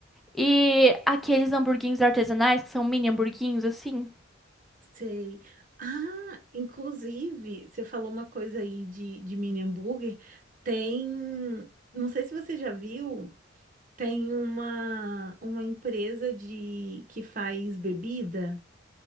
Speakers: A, in the centre; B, on the right.
A: e aqueles hamburguinhos artesanais que são mini hamburguinhos assim.
B: Sei. Ah, inclusive, você falou uma coisa aí de, de mini hambúrguer. Tem, não sei se você já viu. Tem uma, uma empresa de que faz bebida,